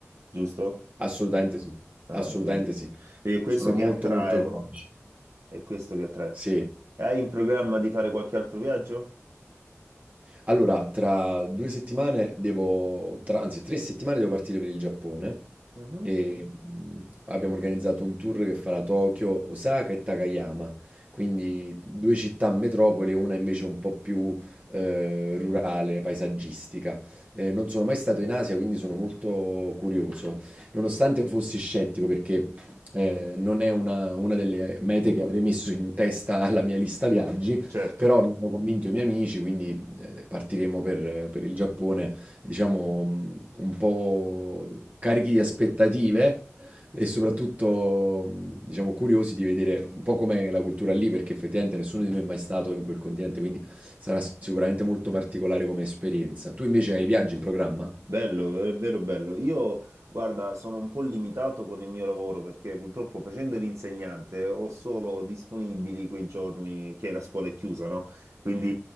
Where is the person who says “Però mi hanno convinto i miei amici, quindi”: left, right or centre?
Right